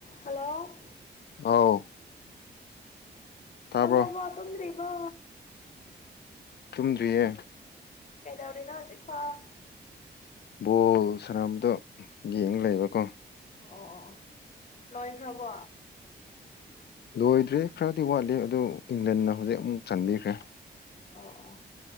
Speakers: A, on the left; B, on the left.
A: hello
B: ꯑꯥꯎ <inaudible> ꯇꯥꯕ꯭ꯔꯣ
A: ꯇꯝꯕꯕ ꯇꯣꯗ꯭ꯔꯤ ꯋꯥ
B: ꯇꯨꯝꯗ꯭ꯔꯤꯌꯦ
A: ꯀꯩꯗꯧꯔꯤꯅꯣ ꯍꯧꯖꯤꯛ ꯐꯥꯎ
B: ꯕꯣꯜ ꯁꯝꯕꯗꯣ ꯌꯦꯡ ꯂꯩꯕꯀꯣ
A: ꯑꯣ ꯑꯣ ꯂꯣꯏꯈ꯭ꯔꯕꯣ
B: ꯂꯣꯏꯗ꯭ꯔꯦ ꯈꯔꯗꯤ ꯋꯥꯠꯂꯤ ꯑꯗꯨ ꯏꯪꯂꯦꯟꯅ ꯍꯧꯖꯤꯛ ꯑꯃꯨꯛ ꯆꯟꯕꯤꯈ꯭ꯔꯦ
A: ꯑ ꯑ